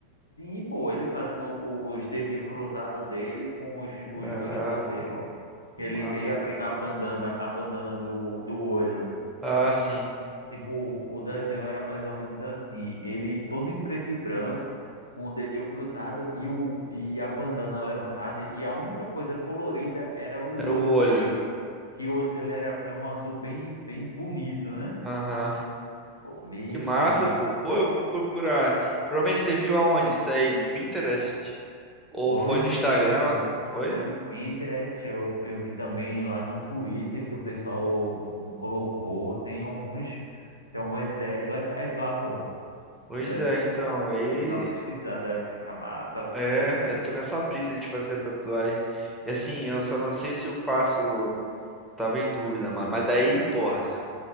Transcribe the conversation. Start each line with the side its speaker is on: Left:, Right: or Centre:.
Left: Sim, pô, ele fazendo os dedinhos cruzados dele com os,
Centre: Caraca,
Left: os dois poderes, ó.
Centre: que
Left: Ele,
Centre: massa,
Left: ele abrindo
Centre: bro.
Left: a bandana, a bandana do, do olho.
Centre: Ah, sim.
Left: Tipo, o desenho era mais ou menos assim. Ele todo em preto e branco, com o dedinho cruzado e, o, e a bandana levantada. E a única coisa colorida era o
Centre: Era
Left: olho
Centre: o olho.
Left: dele. Que o olho dele era, é um azul bem, bem bonito, né?
Centre: Aham.
Left: Pô, Meu
Centre: Que massa,
Left: irmão.
Centre: pô. Pô, eu vou procurar. Provavelmente você viu aonde isso aí? No Pinterest? Ou
Left: Foi
Centre: foi
Left: no
Centre: no Instagram?
Left: Pinterest,
Centre: Foi?
Left: foi no Pinterest, eu, eu vi também lá no Twitter que o pessoal colocou, tem alguns, tem algumas ideias legais lá, pô.
Centre: Pois
Left: Da-
Centre: é, então, aí
Left: Depois dá uma pesquisada, fica massa.
Centre: É, eu tô nessa brisa de fazer a tatuagem. E assim, eu só não sei se eu faço. Tava em dúvida, mano. Mas daí, porra, se-